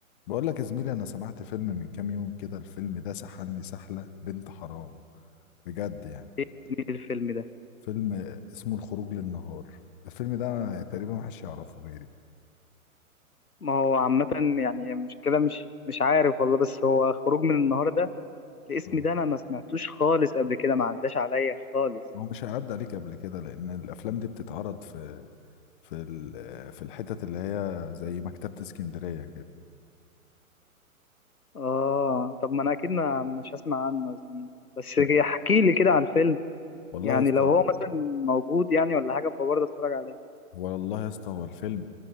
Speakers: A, on the left (about 35°); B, on the left (about 85°).
A: بقول لك يا زميلي انا سمعت فيلم من كام يوم كده الفيلم ده سحلني سحلة بنت حرام بجد يعني
B: ايه يا زميلي الفيلم ده
A: فيلم اسمه الخروج للنهار الفيلم ده تقريبا محدش يعرفه غيري
B: ما هو عامة يعني مش كده مش مش عارف والله بس هو خروج من النهار ده الاسم
A: اه
B: ده انا ما سمعتوش خالص قبل كده ما عداش عليا خالص
A: ما هو مش هيعدي عليك قبل كده لان الافلام دي بتتعرض في في ال- في الحتت اللي هي زي مكتبة اسكندرية كده
B: اه طب ما انا اكيد ما مش هسمع عنه يا زميلي بس
A: لا،
B: احكي لي كده على الفيلم
A: والله
B: يعني
A: يا اسطى
B: لو هو مثلا موجود يعني ولا حاجة ابقى برضه اتفرج عليه
A: هو والله يا اسطى هو الفيلم